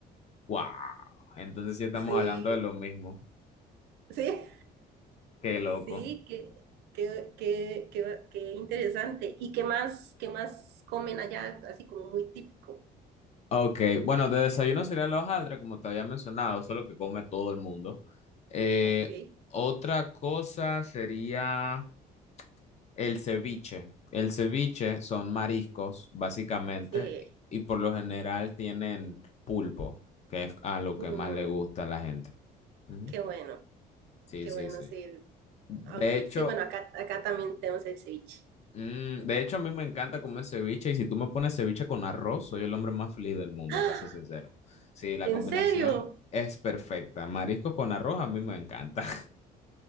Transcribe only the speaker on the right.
Sí,
sí,
sí, qué, qué, qué, qué, qué interesante. ¿Y qué más, qué más comen allá, así como muy típico?
Ok.
Sí,
Uh,
qué bueno,
qué
bueno,
sí.
Ah, Ok,
sí, bueno, acá, acá también tenemos el ceviche.
¡Ah!
¿En
serio?